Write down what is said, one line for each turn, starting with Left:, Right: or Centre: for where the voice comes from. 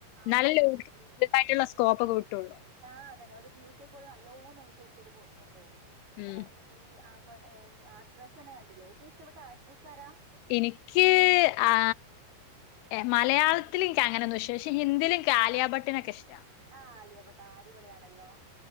Left: എന്നാലല്ലേ
Right: ഓളു ബ്യൂട്ടി
Left: ഓർക്ക് ഇതായിട്ടുള്ള സ്കോപ്പ് ഒക്കെ കിട്ടുള്ളൂ
Right: ആ അതന്നെ ബ്യൂട്ടിക്കൊ നല്ലോ <unintelligible> എൻജോയ് ചെയ് ചെയ്ത് പോ ഉണ്ടോ
Left: ഉം.
Right: എടാ ഇപ്പ ഈ ആ ആകട്രെസ്സു തന്നെ കണ്ടില്ലേ ഏറ്റവും ഇഷ്ടപ്പെട്ട ആക്ട്രസ്സ് ആരാ?
Left: എനിക്ക് ആ ഏ മലയാളത്തിലുംക്കങ്ങനൊന്നും പക്ഷെ ഹിന്ദിയിലും ആലിയാ ഭട്ടിനൊക്കെ ഇഷ്ട്ടാ
Right: ആ ആലിയഭട്ട് അടിപൊളിയാണല്ലോ